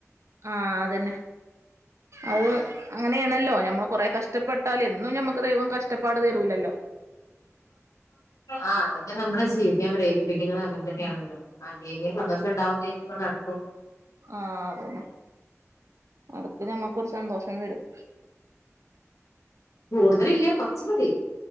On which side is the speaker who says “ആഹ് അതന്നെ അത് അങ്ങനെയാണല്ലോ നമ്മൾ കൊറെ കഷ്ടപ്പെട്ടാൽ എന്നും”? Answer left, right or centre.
Right